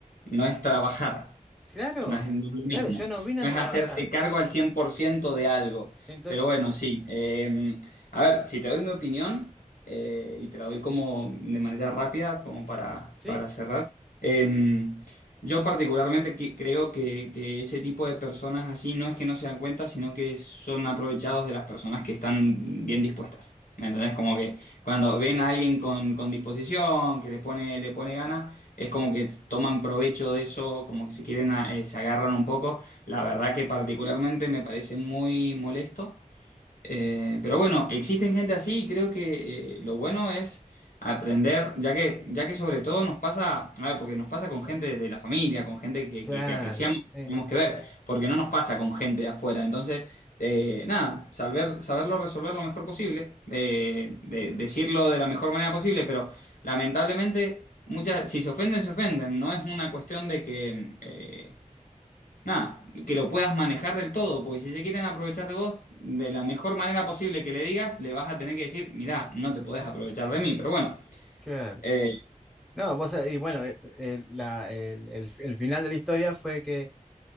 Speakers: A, on the left (about 85°); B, in the centre.
A: no es trabajar.
B: Claro,
A: No es, no es lo mismo.
B: claro, yo no vine
A: No
B: a
A: es
B: trabajar.
A: hacerse cargo al 100% de algo.
B: Entonces,
A: Pero bueno, sí. eh, a ver, si te doy mi opinión, eh, y te la doy como de manera rápida, como para,
B: sí,
A: para cerrar. eh, yo particularmente que- creo que, que ese tipo de personas así no es que no se dan cuenta, sino que son aprovechados de las personas que están bien dispuestas. ¿Me entendés? Como que cuando ven a alguien con, con disposición, que le pone, le pone ganas es como que toman provecho de eso, como que se quieren, a- eh, se agarran un poco. La verdad que particularmente me parece muy molesto. Eh, pero bueno, existen gente así y creo que eh, lo bueno es aprender, ya que, ya que sobre todo nos pasa, a ver, porque nos pasa con gente de la familia, con gente que,
B: claro,
A: que, que apreciamos, que
B: sí,
A: tenemos que ver, porque no nos pasa con gente de afuera. Entonces, eh, nada, saber, saberlo resolver lo mejor posible, eh, de- decirlo de la mejor manera posible, pero lamentablemente, muchas, si se ofenden, se ofenden. No es una cuestión de que... eh, nada, que lo puedas manejar del todo, porque si se quieren aprovechar de vos, de la mejor manera posible que le digas, le vas a tener que decir, mirá, no te podés aprovechar de mí, pero bueno.
B: claro.
A: eh,
B: No, vos, sabés, y bueno, eh, eh, la- el el- el final de la historia fue que